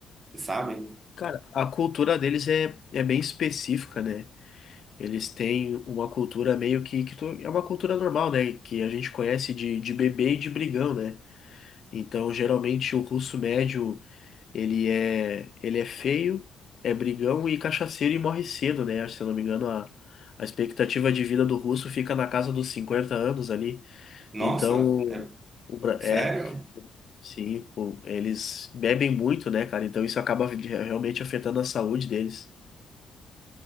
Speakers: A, on the right; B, on the left.
A: sabe?
B: Cara, a cultura deles é, é bem específica, né? Eles têm uma cultura meio que, que tu- é uma cultura normal, né? Que a gente conhece de, de bebê e de brigão, né? Então, geralmente, o russo médio. Ele é, ele é feio, é brigão e cachaceiro e morre cedo, né? Se eu não me engano, a, a expectativa de vida do russo fica na casa dos 50 anos ali.
A: Nossa,
B: Então,
A: é
B: o, Bra-
A: sério?
B: é, sim, o- eles bebem muito, né, cara? Então isso acaba de- realmente afetando a saúde deles.